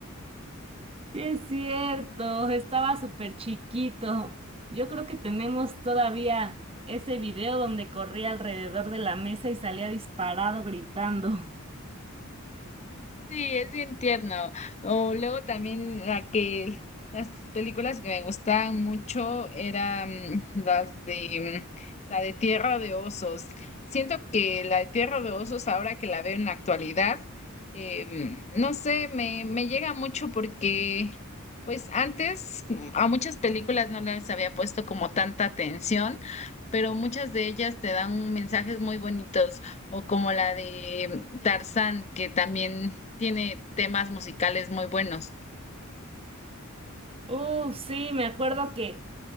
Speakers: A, on the right; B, on the left.
A: Sí, es cierto, estaba súper chiquito. Yo creo que tenemos todavía ese video donde corría alrededor de la mesa y salía disparado gritando. <laughs>
B: Sí, es bien tierno. O luego también la que las películas que me gustaban mucho eran las de mm, la de Tierra de Osos. Siento que la de Tierra de Osos, ahora que la veo en la actualidad, eh, no sé, me, me llega mucho porque pues antes mm, a muchas películas no les había puesto como tanta atención, pero muchas de ellas te dan mensajes muy bonitos. O como la de Tarzán, que también tiene temas musicales muy buenos.
A: Uf, sí, me acuerdo que